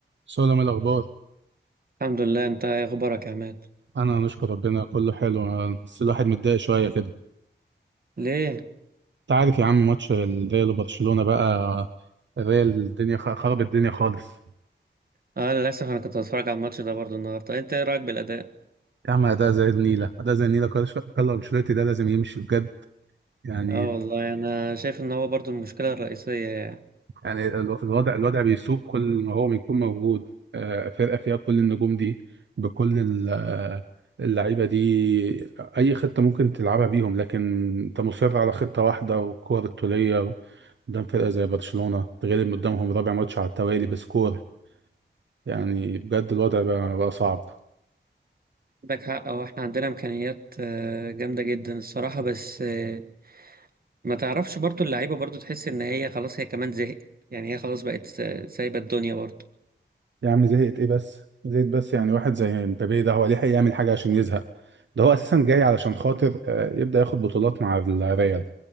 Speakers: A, on the right; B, on the right.
A: سلام الأخبار
B: الحمد لله انت ايه اخبارك يا عماد
A: أنا نشكر ربنا كله حلو بس الواحد متضايق شوية كده
B: ليه
A: أنت عارف يا عم ماتش الريال وبرشلونة بقى الريال الدنيا خ- خرب الدنيا خالص
B: اه للاسف انا كنت بتفرج على الماتش ده برضو النهارده انت ايه رايك بالاداء
A: يا عم أداء زي النيلة أداء زي النيلة كارلو كارلو أنشيلوتي ده لازم يمشي بجد يعني
B: اه والله انا شايف ان هو برضو المشكله الرئيسيه يعني
A: يعني الو- الوضع الوضع بيسوق كل ما هو بيكون موجود آه، فرقة فيها كل النجوم دي بكل ال- آه، اللعيبة دي أي خطة ممكن تلعبها بيهم لكن أنت مصر على خطة واحدة والكور الطولية قدام فرقة زي برشلونة تغلب قدامهم رابع ماتش على التوالي بسكور يعني بجد الوضع بقى, بقى صعب
B: عندك حق هو احنا عندنا امكانيات آه، جامده جدا الصراحه بس آه، ما تعرفش برضو اللعيبه برضو تحس ان هي خلاص هي كمان زهقت يعني هي خلاص بقت سا- سايبه الدنيا برضو
A: يا عم زهقت إيه بس زهقت بس يعني واحد زي مبابي ده هو ليه حق يعمل حاجة عشان يزهق ده هو أساسا جاي علشان خاطر آه، يبدأ ياخد بطولات مع الريال